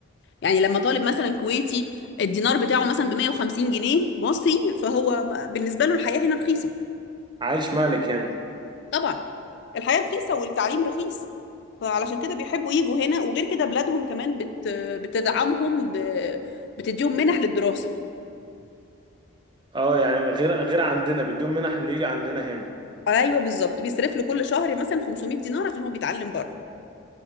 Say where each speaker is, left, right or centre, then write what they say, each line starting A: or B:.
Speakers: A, on the left; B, on the right.
A: يعني لما طالب مثلا كويتي الدينار بتاعه مثلا ب 150 جنيه مصري فهو ما- بالنسبة له الحياة هنا رخيصة
B: عايش مالك هنا
A: طبعا الحياة رخيصة والتعليم رخيص فعلشان كده بيحبوا يجوا هنا وغير كده بلادهم كمان بت... بتدعمهم ب... بتديهم منح للدراسة
B: اه يعني غير غير عندنا بيدوم منح انه يجي عندنا هنا
A: ايوه بالظبط بيصرف له كل شهر مثلا 500 دينار عشان هو بيتعلم بره